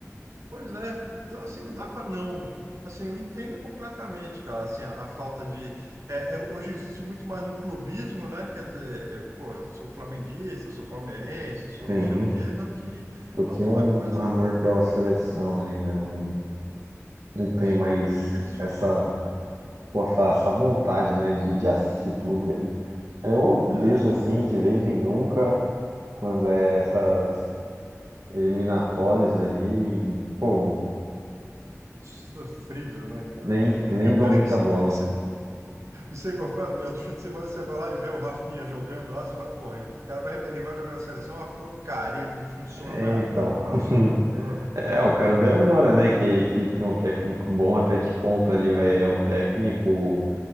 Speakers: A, on the right (about 65°); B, on the right (about 85°).
A: Pois é, então assim não dá para não. Assim, eu entendo completamente, cara, assim, a, a falta de. é, é, hoje existe muito mais um clubismo, né? Quer dizer, eu, pô, eu sou flamenguista, sou palmeirense, sou
B: Sim.
A: não sei o quê, do que
B: Do que
A: alguma
B: um
A: coisa.
B: amor pela seleção ali, né? Não, não
A: É
B: tem
A: isso,
B: mais
A: cara. Triste,
B: essa,
A: né?
B: posso falar, essa vontade, né, de, de assistir tudo aí. Eu
A: É,
B: vejo assim de vez em nunca, quando é essas eliminatórias aí, pô,
A: sofrível, né, cara?
B: nem, nem
A: E o
B: dou
A: pior
B: muita
A: é que você
B: bola.
A: você- você concorda, meu, outro fim de semana você vai lá e vê o Rafinha jogando lá, você fala, porra, o cara vai, ele vai jogar na seleção, é uma porcaria, não funciona
B: É,
A: nada,
B: então.
A: dá uma
B: <laughs>
A: zona.
B: É, eu quero ver agora, né? Que, que tem um técnico bom, até que ponto ali vai, é o técnico,